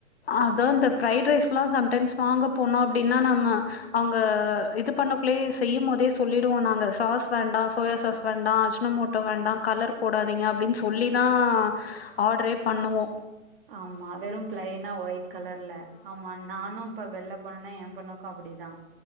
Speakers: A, on the left; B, on the right.
A: அதா இந்த பிரஃரைட் ரைஸ் எல்லா சம்டைம்ஸ் வாங்க போனா அப்டின்னா நம்ம அவுங்க இது பண்ண செய்யுபோதே சொல்லிடுவோ நாங்க சாஸ் வேண்டா சோயா சாஸ் வேண்டா அஜன மோட்டோ வேண்டா கலர் போடாதீங்க அப்டின்னு சொல்லி தா‌ ஆர்டரே பண்ணுவோ
B: ஆம்மா வெறு பிளைனா ஒயிட் கலர்ல ஆ ஆமா நானு இப்ப வெளில போனனா ஏ பொண்ணக்கு அப்டிதா